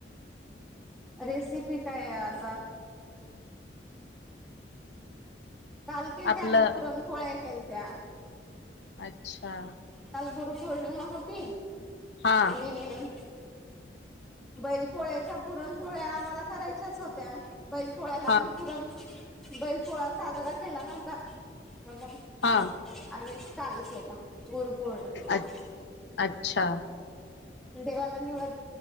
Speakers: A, in the centre; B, on the left.
A: रेसिपी काय आहे आता? काल केलत्या
B: आपलं
A: आम्ही, पुरण पोळ्या केलत्या.
B: अच्छा
A: काल गुरुपौर्णिमा होती
B: हा
A: आणि बैल पोळ्याच्या पुरणपोळ्या आम्हाला करायच्याच होत्या. बैल पोळ्याला
B: हा
A: आम्ही पुरण बैल पोळा साजरा केला नव्हता, तर मग
B: हा.
A: आम्ही काल केला गुरुपौर्णिमेचा.
B: अ अच्छा.
A: देवाला निवद